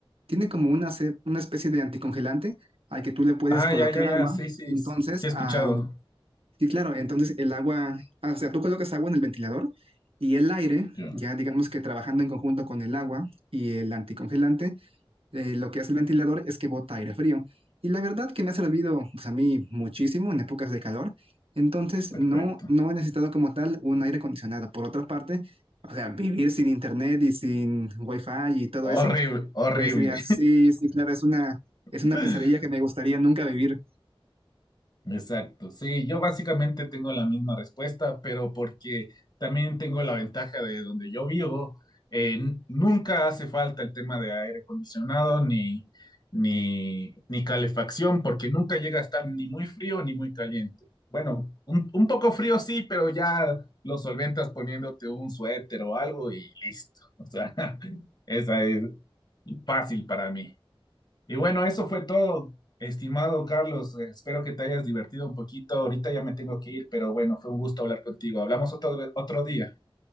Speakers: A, on the right (about 75°); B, on the left (about 50°).
A: Tiene como una, ce- una especie de anticongelante al que tú le puedes
B: Ah,
A: colocar
B: ya, ya, ya.
A: agua.
B: Sí, sí,
A: Entonces,
B: sí he escuchado.
A: al Sí, claro, entonces el agua, ah, o sea, tú colocas agua en el ventilador y el aire,
B: Ya,
A: ya digamos que trabajando en conjunto con el agua y el anticongelante, eh, lo que hace el ventilador es que bota aire frío. Y la verdad que me ha servido, pues a mí muchísimo en épocas de calor, entonces
B: perfecto.
A: no, no he necesitado como tal un aire acondicionado. Por otra parte, o sea, vivir sin internet y sin wifi y todo
B: Horrible,
A: eso,
B: horrible.
A: pues mira, sí, sí, claro, es una,
B: <laughs>
A: es una pesadilla que me gustaría nunca vivir.
B: Exacto, sí, yo básicamente tengo la misma respuesta, pero porque también tengo la ventaja de donde yo vivo, eh, n- nunca hace falta el tema de aire acondicionado ni, ni, ni calefacción, porque nunca llega a estar ni muy frío ni muy caliente. Bueno, un, un poco frío sí, pero ya lo solventas poniéndote un suéter o algo y listo. O sea, <laughs> esa es fácil para mí. Y bueno, eso fue todo, estimado Carlos. Eh, Espero que te hayas divertido un poquito. Ahorita ya me tengo que ir, pero bueno, fue un gusto hablar contigo. Hablamos otro, otro día.